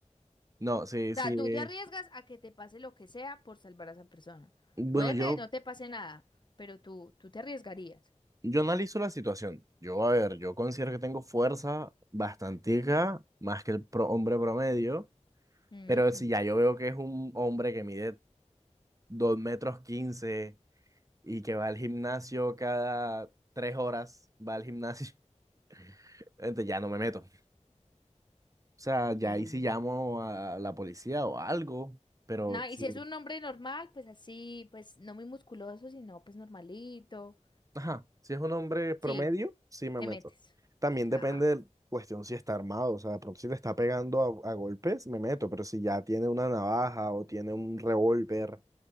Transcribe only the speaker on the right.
No, sí,
sí.
Bueno,
yo
Yo analizo la situación. Yo, a ver, yo considero que tengo fuerza bastantica, más que el pro- hombre promedio,
pero si ya yo veo que es un hombre que mide 2 metros 15 y que va al gimnasio cada 3 horas, va al gimnasio, <laughs> entonces ya no me meto. O sea, ya
ahí sí llamo a la policía o algo, pero
Sí.
Ajá, si es un hombre promedio,
sí me
meto.
También
depende de cuestión si está armado, o sea, de pronto si le está pegando a, a golpes, me meto, pero si ya tiene una navaja o tiene un revólver,